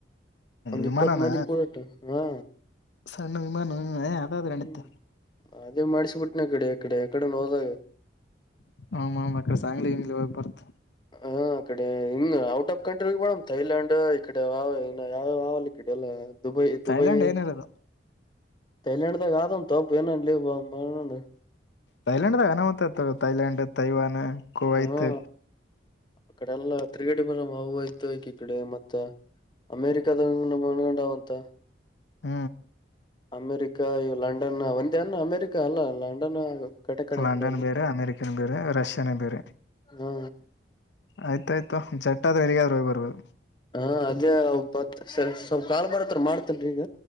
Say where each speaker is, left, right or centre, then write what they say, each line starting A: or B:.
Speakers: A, on the left; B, on the left.
A: ಒಂದ್
B: ವಿಮಾನನ
A: ಇಪ್ಪತ್ ಮಂದಿ ಕೂಡಟ ಹಾ
B: ಸಣ್ಣ ವಿಮಾನ ಏ ಆಗಾದರ
A: ಹ್ಮ್
B: ಅನಿತ
A: ಅದೇ ಮಾಡ್ಸಿಬಿಟ್ಟನೆ ಕಡೆ ಎಕಡೆ ಎಕಡೆ ಹೋದಾಗ
B: ಹ ಅಕಡೆ ಸಾಂಗ್ಲಿ ಇಮ್ಲಿ ಹೋಗ್ ಬರ್ತು
A: ಹ ಅ ಕಡೆ ಹಿಂಗ out of country madam Thailand ಈ ಕಡೆ ಇ ಯಾವ್ಯಾವಲ್ಲ ಈ ಕಡೆ ಎಲ್ಲ ದುಬಯ ದುಬಯ
B: ಥೈಲ್ಯಾಂಡ್ ಏನಿರೋದು
A: ಥೈಲಯಂಡ್ ತ ಕಾದಮ್ಮ ತೋಪ್ಪಏನ ಲ ಬಾ <unintelligible>
B: ತಥಾಯಲ್ಯಂಡದ ಗಣಾವತ ತೈಲಂಡ್ ತೈವಾನ್ ಕುವೈತ್
A: ಹಾ ಅ ಕಡೆಲ್ಲ ತಿತ್ರಿಗಡಿ ಮವು ಆಯ್ತುಕ ಈ ಕಡೆ ಮತ್ತ ಅಮೇರಿಕದಂಗ ನ ಒಣಗೊಂಡ ಅಂತ
B: ಹ್ಮ
A: ಅಮೇರಿಕ ಇವು ಲಂಡನ್ ಒಂದ ಅನ್ ಅಮೇರಿಕ ಅಲ್ಲ ಲಂಡನ್ ಕಡೆ ಕಡೆ
B: ಲಂಡನ್
A: ಬಿಡಲ್ಲಿ
B: ಬೇರೆ ಅಮೇರಿಕನ್ ಬೇರೆ ರಷ್ಯಾನ ಬೇರೆ
A: ಹಾ
B: ಆಯ್ತಾಯಯ್ತು ಜಟ್ಟ ಆದ್ರೆ ಎಲ್ಲಿಗಾದ್ರರು ಹೋಗಿ ಬರ್ಬೋದು
A: ಹಾ ಅದೇ ಒಪ್ಪತ್ ಸ್ವಲ್ಪ ಕಾಳ ಬರತ್ರ ಮಾಡ್ತಲ್ರಿ ಈಗ